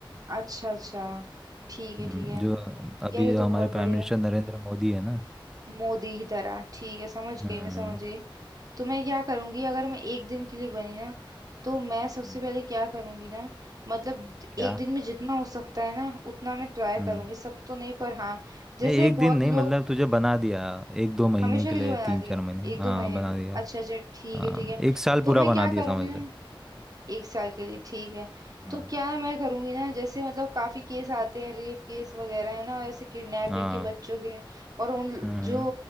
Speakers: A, on the right (about 45°); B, in the centre.
A: अच्छा अच्छा ठीक है
B: हम्म,
A: ठीक है
B: जो अभी
A: यार ये
B: जो
A: तो
B: हमारे
A: बहुत बढ़िया
B: प्राइम मिनिस्टर
A: है
B: नरेंद्र मोदी है ना
A: मोदी की तरह ठीक है समझ
B: हम्म
A: गई मैं समझ गई तो मैं क्या करूंगी अगर मैं एक दिन के लिए बनी ना तो मैं सबसे
B: हम्म।
A: पहले क्या करूंगी ना मतलब द-
B: क्या
A: एक दिन में जितना हो सकता है ना उतना मैं ट्राई
B: हम्म
A: करूंगी सब तो नहीं पर हाँ जैसे
B: नहीं एक
A: बहुत
B: दिन नहीं
A: लोग
B: मतलब तुझे बना दिया एक दो महीने
A: हमेशा
B: के
A: के
B: लिए
A: लिए बना
B: तीन
A: दिए
B: चार महीने
A: एक दो
B: हाँ
A: महीने
B: बना
A: के लिए
B: दिया
A: अच्छा अच्छा ठीक
B: हाँ
A: है ठीक है
B: एक साल
A: तो
B: पूरा
A: मैं
B: बना
A: क्या
B: दिया
A: करूंगी
B: समझ
A: ना
B: ले
A: एक साल के लिए ठीक है
B: हम्म,
A: तो क्या है मैं करूंगी ना जैसे मतलब काफी केस आते हैं रेप केस वगैरह है ना ऐसे किडनैपिंग
B: हाँ
A: के बच्चों के और उन
B: हम्म
A: जो